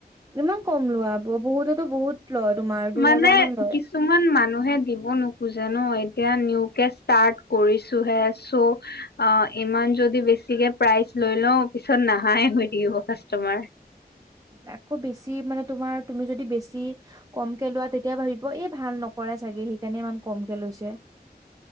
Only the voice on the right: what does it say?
ইমান কম লোৱা ব-বহুততো - বহুত লয় তোমাৰ দুহেজাৰ
মান লয়
আকৌ বেছি মানে তোমাৰ তুমি যদি বেছি কমকে লোৱা তেতিয়া ভাবিব এই ভাল নক কৰে চাগে সেইকাৰণে ইমান কমকে লৈছে।